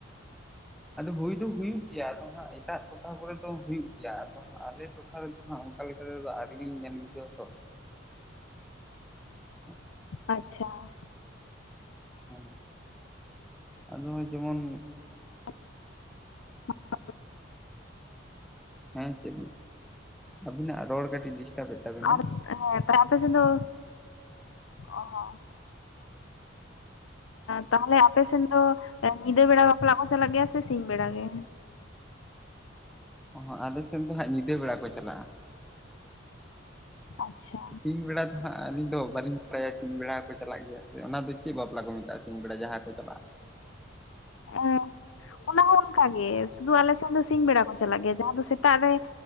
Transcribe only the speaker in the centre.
ᱟᱫᱚ ᱦᱩᱭ ᱫᱚ ᱦᱩᱭᱩᱜ ᱜᱮᱭᱟ ᱟᱫᱚ ᱦᱟᱸᱜ ᱮᱴᱟᱜ ᱴᱚᱴᱷᱟ ᱠᱚᱨᱮ ᱫᱚ ᱦᱩᱭᱩᱜ ᱜᱮᱭᱟ ᱟᱫᱚ ᱦᱟᱜ ᱟᱞᱮ ᱴᱚ ᱴᱚᱴᱷᱟ ᱨᱮᱫᱚ ᱚᱱᱠᱟ ᱞᱮᱠᱟ ᱛᱮᱫᱚ ᱟᱹᱣᱨᱤ ᱞᱤᱧ ᱧᱮᱞ ᱵᱤᱴᱟᱹᱣᱟ ᱛᱚ, <inaudible>
<unintelligible> ᱟᱫᱚ ᱡᱮᱢᱚᱱ
ᱦᱮᱸ ᱪᱮᱫ ᱵ ᱟᱵᱤᱱᱟᱜ ᱨᱚᱲ ᱠᱟᱹᱴᱤᱡ ᱰᱤᱥᱴᱟᱵᱮᱫ ᱛᱟᱵᱤᱱᱟ
ᱚ ᱟᱞᱮ ᱥᱮᱱ ᱫᱚ ᱦᱟᱸᱜ ᱧᱤᱫᱟᱹ ᱵᱮᱲᱟ ᱠᱚ ᱪᱟᱞᱟᱜᱼᱟ
ᱥᱤᱧ ᱵᱮᱲᱟ ᱟᱹᱞᱤᱧ ᱫᱚ ᱵᱟᱹᱞᱤᱧ ᱵᱟᱲᱟᱭᱟ ᱥᱤᱧ ᱵᱮᱲᱟ ᱦᱚᱸᱠᱚ ᱪᱟᱞᱟᱜ ᱜᱮᱭᱟ ᱚᱱᱟ ᱫᱚ ᱪᱮᱫ ᱵᱟᱯᱞᱟ ᱠᱚ ᱢᱮᱛᱟᱜᱼᱟ ᱥᱤᱧ ᱵᱮᱲᱟ ᱡᱟᱦᱟᱸ ᱠᱚ ᱪᱟᱞᱟᱜᱼᱟ